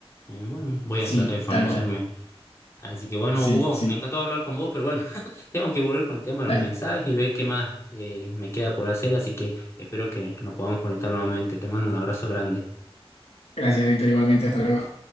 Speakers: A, on the left; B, on the left.
A: Eh, bueno, voy
B: sí,
A: a tratar de familiarizarme.
B: tal cual.
A: Así que bueno,
B: Sí,
A: Hugo,
B: sí.
A: me encantó hablar con vos, pero bueno, <laughs> tengo que volver con el tema de
B: Dale.
A: los mensajes y ver qué más eh, me queda por hacer, así que espero que nos podamos conectar nuevamente. Te mando un abrazo grande.
B: Gracias, Víctor, igualmente. Hasta luego.